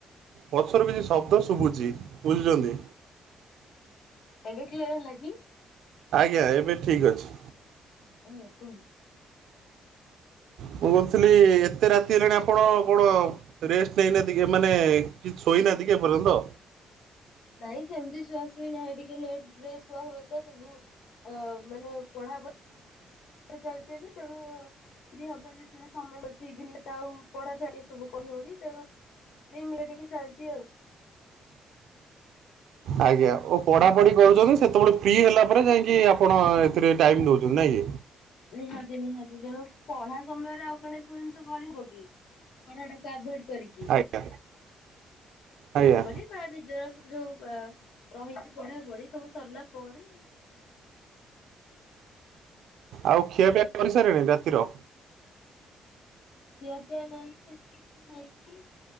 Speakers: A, on the right; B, on the left.
A: ପଛୁରୁ କିଛି ଶବ୍ଦ ଶୁଭୁଛି। ବୁଝୁଚନ୍ତି
B: ଏବେ କ୍ଲିଅର୍ ହେଲା କି?
A: ଆଜ୍ଞା ଏବେ ଠିକ୍ ଅଛି।
B: ହୁଁ କୁହନ୍ତୁ।
A: ମୁଁ କୋହୁଥିଲି ଏତେ ରାତି ହେଲାଣି ଆପଣ କଣ ରେଷ୍ଟ୍ ନେଇନାଆନ୍ତି କି ମାନେ କି ଶୋଇନାହାନ୍ତିିକି ଆପଣ?
B: ନାଇଁ ସେମ୍ତି ସୁୁଆସୁଇ ନାହିଁ ଟିକେ ଲେଟ୍ ରେ ଶୁଆ ହୁଏ। ତ ସବୁ ଅ ମାନେ ପଢାପ ପୁରା ଯାଉଚି ଏବେ ତେଣୁ। ଫ୍ରି ହବ ଯେତେ ବେଳେ ସମୟ‌ ମିଳୁଛି ଇଭିନିଙ୍ଗ ତ ଆଉ ପଢା ଯାକେ ଏ ସବୁ କହି ହଉନି ତେଣୁ ‌। ଫ୍ରି ମେ ଟିକେ ଚାଲିଛି ଆଉ ‌।
A: ଆଜ୍ଞା ଓ ପଢାପଢି କରୁଛନ୍ତି ସେତେବେଳେ ଫ୍ରି ହେଲା ପରେ ଯାଇଁକି ଆପଣ ଏଥିରେ ଟାଇମ ଦଉଛନ୍ତି ନା କି।
B: ନିହାତି ନିହାତି ତେଣୁ ପଢା ସମୟରେ ଆଉ କଣ ଏ ସବୁ ଜିନିଷ କରି ହେବ କି। ପଢା ଟାକୁ ଆଭଏଡ କରିକି
A: ଆଜ୍ଞା
B: ତେଣୁକରି‌।
A: ଆଜ୍ଞା
B: ବା ନିଜର ସବୁ ଯୋଉ ବା ରହିଛି ପଢା ପଢି ସବୁ ସରିଲା ପରେ।
A: ଆଉ ଖିଆ ପିଆ କରି ସାଇଲେଣି ରାତିର।
B: ଖିଆ ପିଆ ନାହିଁ ସେମିତି କିଛି ହେଇନି।